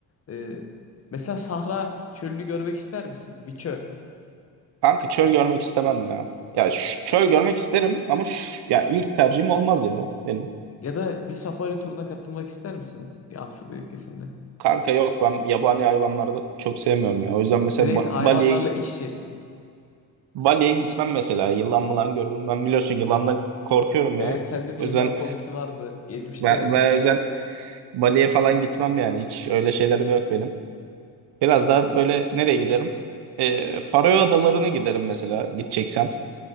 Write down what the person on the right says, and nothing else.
Kanka çöl görmek istemem ya. Ya şu- çöl görmek isterim ama şu, ya ilk tercihim olmaz ya benim.
Kanka yok ben yabani hayvanları da çok sevmiyorum ya. O yüzden mesela
ba
Bali'ye
Bali'ye gitmem mesela. Yılan mılan görürüm. Ben biliyorsun yılandan korkuyorum
ya.
O
yüzden
ben, ben o yüzden Bali'ye falan gitmem yani. Hiç öyle şeylerim yok benim. Biraz daha böyle nereye giderim? Ee, Faroe Adaları'na giderim mesela gideceksem.